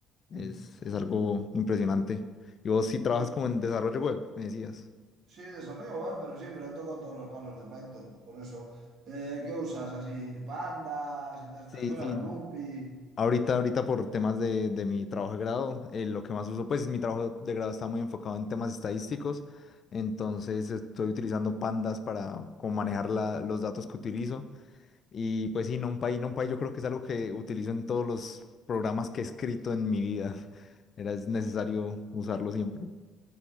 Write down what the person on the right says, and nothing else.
mm.
Sí,
sí, desarrollo, eh, pero sí, pero he tocado todos los palos de Python, por eso. Eh, ¿qué usas? Así, pandas y todas
estas cosas,
NumPy.
Sí.